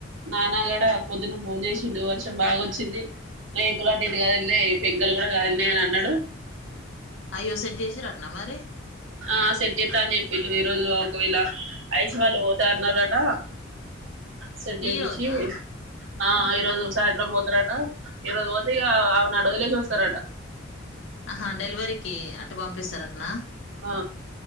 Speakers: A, on the right; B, on the left.
A: నాన్నగడ పొద్దున్న ఫోన్ చేసిండు వర్షం బాగాొచ్చింది రలు అటుఇటు కదిలీనై పెంకల్ కూడా కదిలీనాయి అని అన్నాడు
B: అయ్యో సెట్ చేసిర్రా అట్ల మరి
A: ఆ సెట్జత్తా అని చెప్పి ఈ రరోజు ఒకవేళ అఐసి వాళ్ళు పోత అన్నారట సెట్ చేపిచ్చి
B: ఈ రోజా
A: ఆ ఈ రోజు సాయంత్రం పోతారట ఈ రోజు పోతే ఇక ఆ నడు వదిలే చూస్తారట
B: ఆహా డెలివరీకి అటు పంపిస్తారు అటనా
A: ఆ